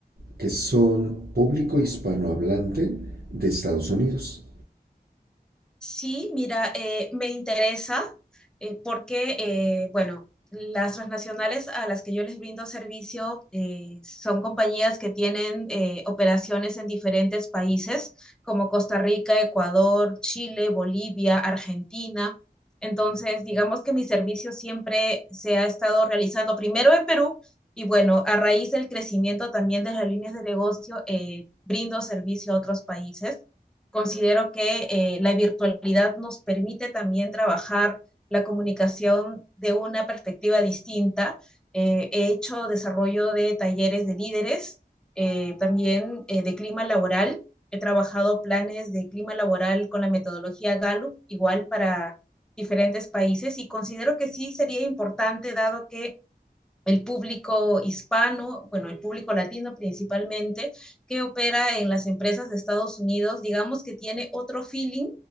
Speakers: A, on the right; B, in the centre.
A: que son público hispanohablante de Estados Unidos.
B: Sí, mira, eh, me interesa eh, porque, eh, bueno, las transnacionales a las que yo les brindo servicio eh, son compañías que tienen eh, operaciones en diferentes países, como Costa Rica, Ecuador, Chile, Bolivia, Argentina. Entonces, digamos que mi servicio siempre se ha estado realizando primero en Perú y bueno, a raíz del crecimiento también de las líneas de negocio, eh, brindo servicio a otros países. Considero que eh, la virtualidad nos permite también trabajar la comunicación de una perspectiva distinta. Eh, he hecho desarrollo de talleres de líderes, eh, también eh, de clima laboral. He trabajado planes de clima laboral con la metodología Gallup, igual para diferentes países, y considero que sí sería importante, dado que el público hispano, bueno, el público latino principalmente, que opera en las empresas de Estados Unidos, digamos que tiene otro feeling.